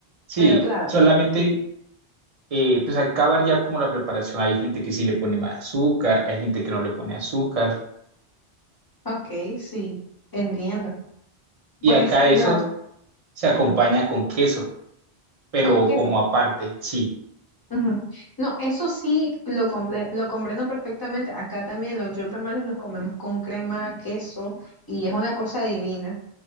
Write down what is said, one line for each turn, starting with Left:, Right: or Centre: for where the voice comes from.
Right: Sí,
Left: pero claro.
Right: solamente eh, pues acá varía como la preparación. Hay gente que sí le pone más azúcar, hay gente que no le pone azúcar.
Left: Ok, sí, entiendo.
Right: Y
Left: Pues,
Right: acá
Left: Claro.
Right: eso se
Left: ujú,
Right: acompaña con queso, pero
Left: con queso.
Right: como aparte, sí.
Left: ujú. No, eso sí lo, comple- lo comprendo perfectamente. Acá también los yol tamales los comemos con crema, queso y es una cosa divina.